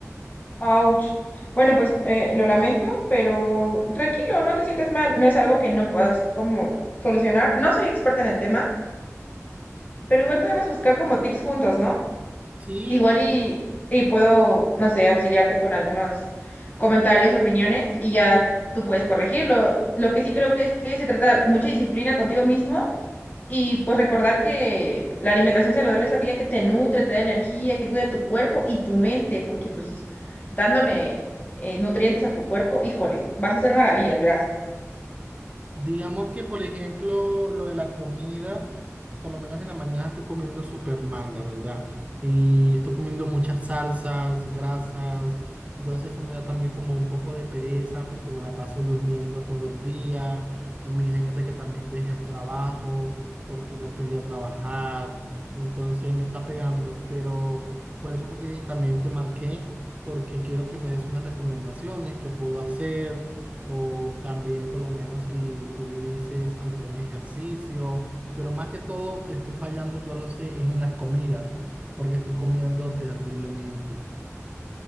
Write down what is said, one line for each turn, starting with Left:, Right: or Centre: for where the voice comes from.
Left: Ouch. Bueno, pues eh, lo lamento, pero tranquilo, no te sientas mal. No es algo que no puedas como solucionar. No soy experta en el tema, pero igual podemos buscar como tips juntos, ¿no?
Right: Sí,
Left: Igual y, y puedo, no sé, auxiliarte con algunos comentarios, opiniones y ya tú puedes corregirlo. Lo que sí creo que es que se trata de mucha disciplina contigo mismo y pues recordar que la alimentación saludable es aquella que te nutre, te da energía, que cuida tu cuerpo y tu mente, porque pues dándole eh, nutrientes a tu cuerpo, híjole, vas a hacer maravillas, verás.
Right: Digamos que, por ejemplo, lo de la comida, por lo menos en la mañana estoy comiendo súper mal, la verdad. Y estoy comiendo muchas salsas, grasas. Entonces eso me da también como un poco de pereza porque me la paso durmiendo todo el día. Imagínate que también dejé el trabajo porque no quería trabajar. Entonces me está pegando. Pero por eso fue que también te marqué porque quiero que me des unas recomendaciones que puedo hacer o también, por lo menos, si tú me dices algún ejercicio, pero más que todo, estoy fallando, yo lo sé, es en las comidas, porque estoy comiendo terriblemente.